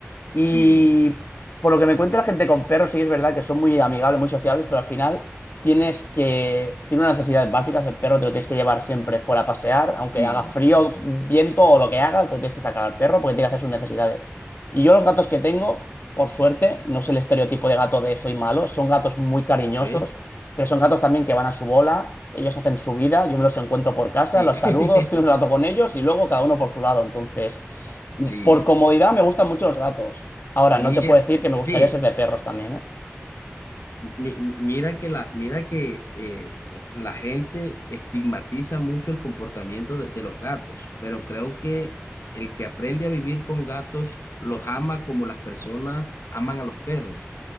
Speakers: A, on the left; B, on the left.
A: Y
B: Sí,
A: por lo que me cuenta la gente con perros, sí que es verdad que son muy amigables, muy sociables, pero al final tienes que... Tiene unas necesidades básicas, el perro te lo tienes que llevar siempre fuera a pasear, aunque
B: sí.
A: haga frío, viento o lo que haga, te lo tienes que sacar al perro porque tiene que hacer sus necesidades. Y yo los gatos que tengo, por suerte, no es el estereotipo de gato de soy malo, son gatos muy cariñosos,
B: Ok.
A: pero son gatos también que van a su bola, ellos hacen su vida, yo me los encuentro por casa,
B: Sí,
A: los
B: <laughs>
A: saludo, estoy un rato con ellos y luego cada uno por su lado. Entonces,
B: sí,
A: por comodidad me gustan mucho los gatos. Ahora,
B: mira,
A: no te puedo decir que me
B: sí,
A: gustaría ser de perros también, ¿eh?
B: mi- mi- mira que la, mira que eh, la gente estigmatiza mucho el comportamiento de, de los gatos, pero creo que el que aprende a vivir con gatos los ama como las personas aman a los perros.